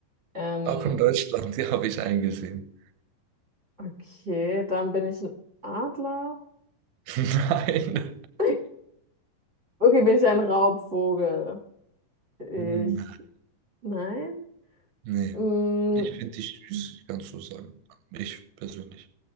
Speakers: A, on the right; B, on the right.
A: Ähm,
B: Auch in Deutschland, <laughs> die habe ich eingesehen.
A: okay, dann bin ich ein Adler.
B: <laughs> Nein.
A: <laughs> Okay, bin ich ein Raubvogel? Ich.
B: Nein.
A: Nein?
B: Nee.
A: Mm,
B: Ich finde dich süß, kannst du sagen. Ich persönlich.